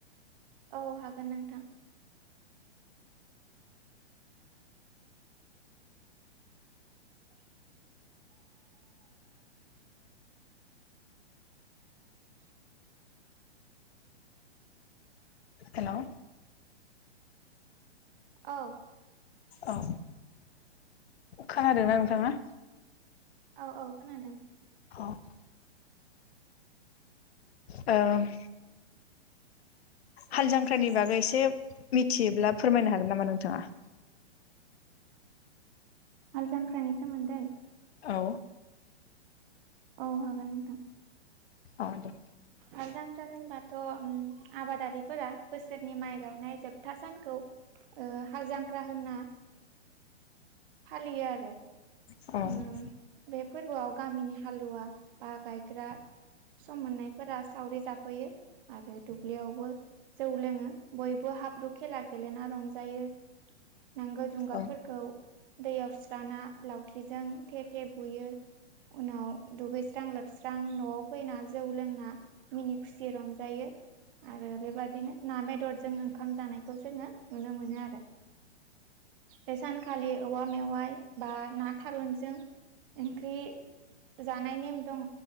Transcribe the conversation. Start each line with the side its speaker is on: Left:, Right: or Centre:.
Right: औ हागोन नोंथां। <inaudible> <inaudible>
Left: हेल'?
Right: औ।
Left: औ खोनादोंना नोंथाङा?
Right: औ औ खोनादों।
Left: औ। ओम हाल जांख्राइनि बागै एसे मिथियोब्ला फोरमायनो हागोन नामा नोंथाङा?
Right: हाल जांख्रानि सोमोन्दै।
Left: औ
Right: औ हागोन नोंथां।
Left: औ दे।
Right: हाल जांख्रा होनबाथ' उम आबादारिफोरा बोसोरनि माइ गायनाय जोब था सानखौ ओ हाल जांख्रा होनना फालियो आरो
Left: औ औ
Right: उम बे फोरबोआव गामिनि हालुवा बा गायग्रा सम मोननायफोरा सावरि जाब फैयो आरो दुब्लियावबो जौ लोङो बयबो हाब्रु खेला गेलेना रंजायो। नांगोल जुंगालफोरखौ
Left: औ
Right: दैयाव सुस्राना लावथिजों थे थे बुयो उनाव दुगै स्रां लोबस्रां न'आव फैना जौ लोंना मिनि खुसि रंजायो। आरो बेबादिनो ना बेदरजों ओंखाम जानायखौ जोङो नुनो मोनो आरो। बेेसान खालि औवा मेवाइ बा ना थारुनजों ओंख्रि जानाय नेम दङ